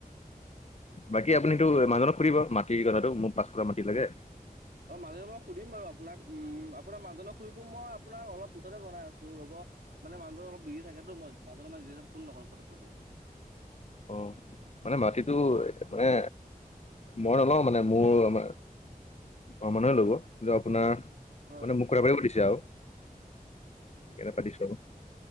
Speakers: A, on the left; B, on the right.
A: বাক কি আপুনিতো মানুহজনক সুদিব মাটিৰ কথাটো, মোক পাঁচকঠা মাটি লাগে।
B: অ মানুহজনক মই সুধিম বাৰু আপোনাক উম, আপোনাক মানুহজনক সুধিটো মই আপোনাক অলপ পিছতে জনাই আছো ৰ'ব, মানে মানুহজন অলপ বিজি থাকে। সেইটো মই মানুহজনক মই নিজে নিজে ফোন নকৰো পটককে।
A: অ', মানে মাটিতো মানে মই নলওঁ মানে মোৰ আমাৰ ঘৰৰ মানুহে লব কিন্তু আপোনাৰ
B: হয়
A: মানে মোক কথা পাতিব দিছে আৰু। এনে পাতিছো আৰু।